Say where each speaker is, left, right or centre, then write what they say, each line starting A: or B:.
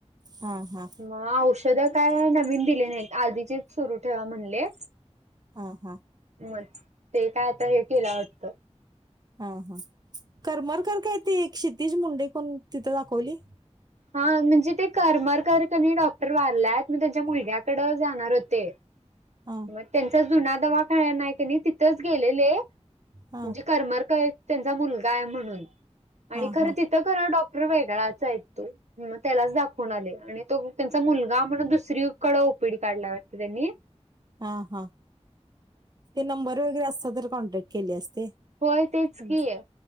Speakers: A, on the right; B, on the right.
A: हा हा.
B: मग औषध काय नवीन दिले नाहीत आधीचे सुरू ठेवा म्हणले.
A: ह हा.
B: मग ते काय आता हे केलं वाटत.
A: हा हा करमरकर काय त एक क्षितिज मुंडे कोण तिथं दाखवली.
B: हा म्हणजे ते करमरकरकनी डॉक्टर वारल्यात मग त्यांच्या मुलग्याकड जाणार होते.
A: हा
B: मग त्यांचा जुना दवा खाळ नाही क नाही तिथंच गेलेले म्हणजे
A: हा
B: करमर त्यांचा मुलगा आहे म्हणून आणि
A: हा
B: खर
A: हा
B: तिथं खर डॉक्टर वेगळाच आहे तो. त्यालाच दाखवून आले आणि तो त्यांचा मुलगा म्हण दुसरीकडें ओपीडी काढला वाटते त्यांनी.
A: हा हा ते नंबर वगैरे असत तर कॉन्टॅक्ट केले असते.
B: होय तेच
A: हा.
B: की.